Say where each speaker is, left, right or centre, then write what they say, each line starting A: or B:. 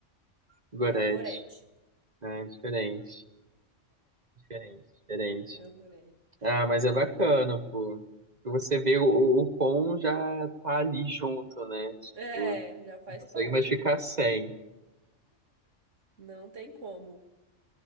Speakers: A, on the right (about 35°); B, on the right (about 90°).
A: Goretti.
B: É a Gorete.
A: Ah, É, diferente, diferente, diferente.
B: É o Gorete.
A: Ah, mas
B: Aí.
A: é bacana, pô. Você vê o, o o quão já tá ali junto, né? Tipo,
B: É, já faz
A: não consegue
B: parte.
A: mais ficar sem.
B: Não tem como.